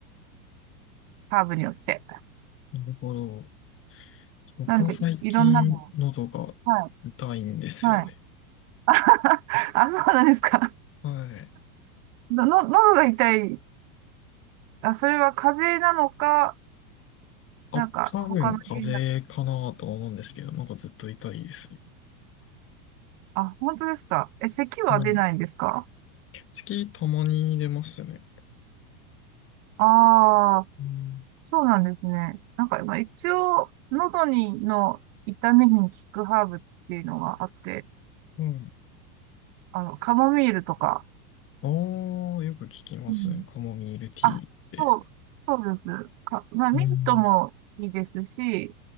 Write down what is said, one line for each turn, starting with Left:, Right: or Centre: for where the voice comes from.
Right: ハーブによって。
Left: なるほど。僕は最近喉が痛いんですよね。
Right: なんで、いろんなのを。はい。はい。<laughs> あ、そうなんですか。
Left: はい。
Right: の、の、喉が痛い。あ、それは風邪なのか、
Left: あ、
Right: なんか、
Left: 多分風邪かなとは思うんですけど、
Right: 他の原因だ。
Left: なんかずっと痛いですね。
Right: あ、本当ですか。え、咳は出ないんですか
Left: はい。月たまに出ますね。
Right: ああ
Left: うん
Right: そうなんですね。なんか、まあ、一応、喉に、の痛みに効くハーブっていうのがあって、
Left: うん。
Right: あの、カモミールとか。
Left: ああ、よく聞きます。
Right: うん。
Left: カモミールティーって。
Right: あ、そう、そうです。か、まあ、ミントもいいですし、
Left: うん。